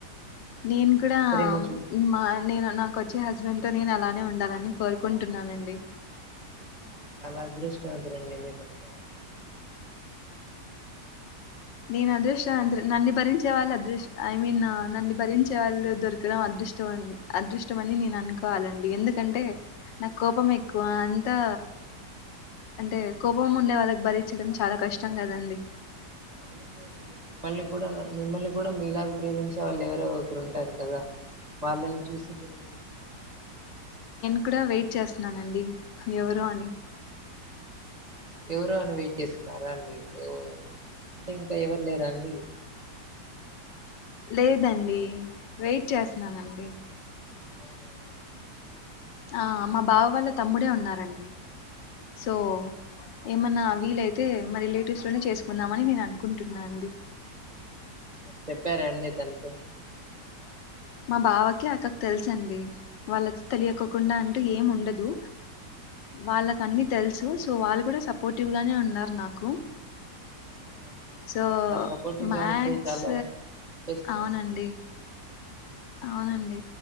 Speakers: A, on the left (about 85°); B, on the right (about 25°).
A: నేను కూడా
B: ప్రేమ చూ
A: మా నేను నాకోచ్చే హస్బెండ్ తో నేను అలానే ఉండాలని కోరుకుంటున్నానండి
B: చాలా అదృష్టవంతులండి మీకు వచ్చా ఆయన
A: నేను అదృష్టం అంతను నన్ను భరించే వాళ్ళు అదృష్టం ఐ మీన్ నన్ను భరించే వాళ్ళు దొరకడం అదృష్టం అదృష్టం అని నేను అనుకోవాలండి ఎందుకంటే నాకు కోపం ఎక్కువ అంతా అంటే కోపం ఉండే వాళ్ళకి భరించడం చాలా కష్టం కదండి
B: అలా ఏం లేదండి మిమ్మల్ని కూడా మిమ్మల్ని కూడా మీ ఇలాగ ప్రేమించే వాళ్ళు ఎవరో ఒకరు ఉంటారు కదా వాళ్ళని చూసి పెళ్లి చేసుకోండి
A: క్క వెయిట్ చేస్తున్నానండి ఎవరు అని
B: ఎవరు అని వెయిట్ చేస్తున్నారా అండి ఓ అంటే ఇంకా ఎవరు లేరా అండి
A: లేదండి వెయిట్ చేస్తున్నానండి
B: అవునా
A: ఆ మా బావ వాళ్ళ తమ్ముడే ఉన్నారండి సో
B: అవునా
A: ఏమన్నా వీలైతే మా రిలేటివ్స్ లోనే చేసుకుందామని నేను అనుకుంటున్నా అండి.
B: చెప్పార అండి తనతో
A: మా బావకి అక్కకి తెలుస అండి వాళ్ళతో తెలియకోకుండా అంటూ ఏం ఉండదు వాళ్ళక అన్ని తెలుసు సో వాళ్ళు కూడా సపోర్టివ్గానే ఉన్నారు నాకు
B: అవునా అండి
A: సో
B: అలా సపోర్టివ్
A: మ్యాక్స్
B: గా ఉంటే చాలా బెస్ట్
A: అవునండి
B: కదండి
A: అవునండి